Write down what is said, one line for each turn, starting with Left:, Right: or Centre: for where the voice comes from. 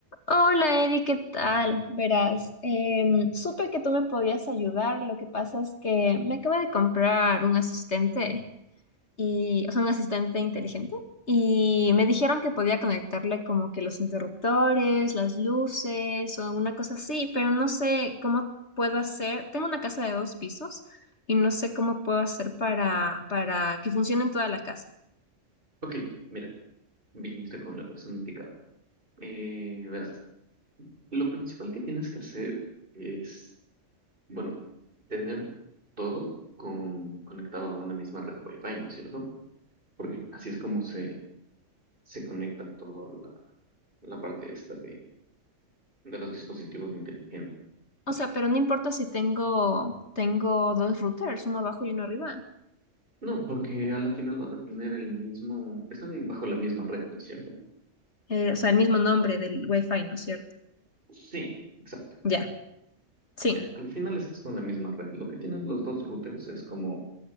Left: Hola Eddie, ¿qué tal? Verás, em, supe que tú me podías ayudar. Lo que pasa es que me acabo de comprar un asistente y, o sea, un asistente inteligente y me dijeron que podía conectarle como que los interruptores, las luces o alguna cosa así, pero no sé cómo puedo hacer. Tengo una casa de dos pisos y no sé cómo puedo hacer para para que funcione en toda la casa.
Right: Ok, mira, viniste con la persona indicada. Eh, verás, lo principal que tienes que hacer es, bueno, tener todo con, conectado a una misma red Wi-Fi, ¿no es cierto? Porque así es como se, se conecta toda la, la parte esta de, de los dispositivos inteligentes.
Left: O sea, pero no importa si tengo tengo dos routers, uno abajo y uno arriba.
Right: No, porque a la final vas a tener el mismo, están bajo la misma red, ¿no es cierto?
Left: Eh, o sea, el mismo nombre del Wi-Fi, ¿no es cierto?
Right: Sí, exacto.
Left: Ya, sí.
Right: Ya, al final estás con la misma red. Lo que tienes los dos routers es como